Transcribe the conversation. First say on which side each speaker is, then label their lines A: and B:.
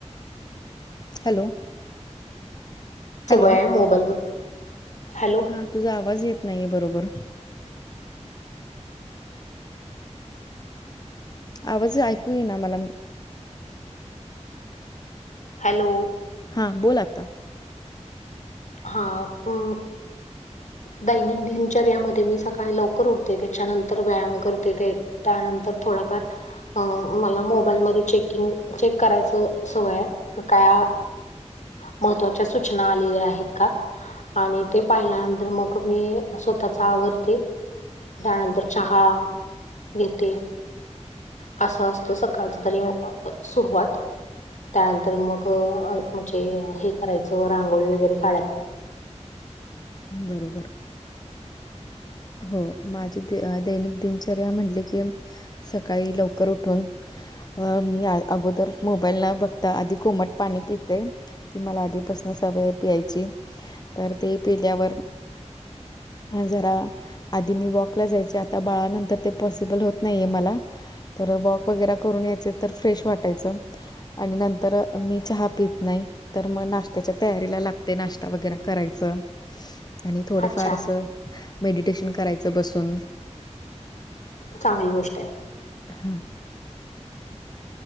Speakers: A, on the left; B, on the left.
A: हॅलो!
B: सुबय
A: हॅलो
B: आहे मोबाईल हॅलो!
A: हा तुझा आवाज येत नाहीये बरोबर. आवाज ऐकू ये ना मला.
B: हॅलो!
A: हां बोल आता.
B: हा अ दैनिक दिनचर्यामध्ये मी सकाळी लवकर उठते त्याच्यानंतर व्यायाम करते ते. त्यानंतर थोडाफार. अ मला मोबाईलमध्येध्ये चेकिंग चेक करायच सवय आहे. का महत्वाच्या सूचना आलेल्या आहेत. आणि ते पाहिल्यानंतर मग मी स्वतःचा आवर्ते त्यानंतर चहा घेते. असं असतं सकाळचं तरी सुरुवात त्यानंतर मग म्हणजे हे करायचं रांगोळी वगैरे काढाय
A: बरोबर. हो माझी दैनिक दिनचर्या म्हटली की सकाळी लवकर उठून. अ मी अगोदर मोबाईल न, बघता आधी कोमट पाणी पिते. ती मला आधीपासून सवय पियची तर ते पिल्यावर हा जरा आधी मी वॉकला जायचे आता बाळानंतर ते पॉसिबल होत नाहीये मला. तर वॉक वगैरा करून यायचे तर फ्रेश वाटायचं. आणि नंतर मी चहा पित नाही. तर म नाश्त्याच्या तयारीला लागते नाश्ता वगैरे करायचं. आणि थोडं
B: अच्छा
A: फार अस मेडिटेशन करायचं बसून.
B: चांगली गोष्ट आहे.
A: ह.